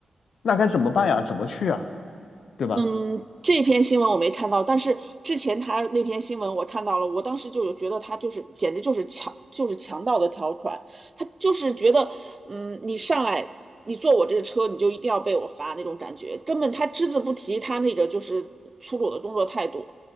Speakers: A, on the left (about 80°); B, on the right (about 30°).
A: 那该怎么办呀？怎么去啊？对吧？
B: 嗯，这篇新闻我没看到，但是之前他那篇新闻我看到了，我当时就有觉得他就是简直就是强就是强盗的条款，他就是觉得，嗯，你上来你坐我这个车，你就一定要被我罚那种感觉，根本他只字不提他那个就是粗鲁的工作态度，